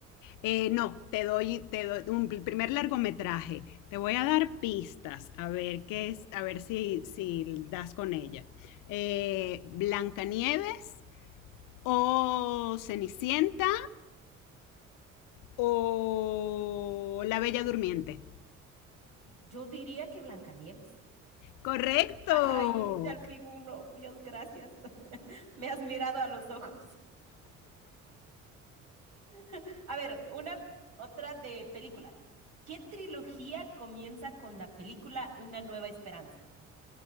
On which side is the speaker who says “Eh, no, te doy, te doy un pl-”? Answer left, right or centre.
Left